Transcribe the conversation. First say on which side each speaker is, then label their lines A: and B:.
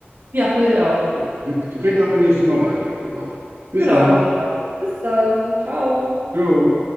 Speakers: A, on the right (about 50°); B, on the right (about 80°).
A: Ja, finde ich auch.
B: Wir reden aber nächstes Mal weiter darüber. Bis
A: Genau,
B: dann.
A: machen wir. Bis dann. Ciao.
B: Ciao.